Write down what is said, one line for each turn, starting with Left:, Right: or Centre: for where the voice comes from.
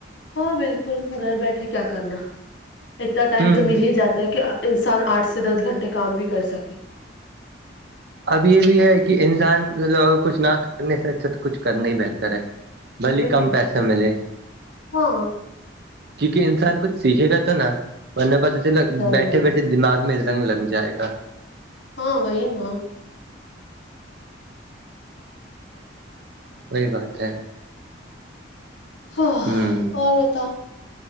Left: ہاں بالکل گھر بیٹھے کیا کرنا اتنا ٹائم
Right: ہوں
Left: تو مل ہی جاتا تاکہ انسان آٹھ سے دس گھنٹے کام بھی کر سکے
Right: اب یہ بھی ہے کہ انسان کچھ نہ کرنے سے اچھا تو کچھ کرنا ہی بہتر ہے بھلی
Left: بالکل
Right: کم پیسے ملے
Left: ہاں
Right: کیونکہ انسان کچھ سیکھے گا تو نا ورنہ پتا چل
Left: صحیح
Right: بیٹھے بیٹھے
Left: بات
Right: دماغ میں جنگ لگ جائے گا
Left: ہاں وہہین و
Right: وہی بات ہے
Left: ہاں
Right: ہوں
Left: اور بتا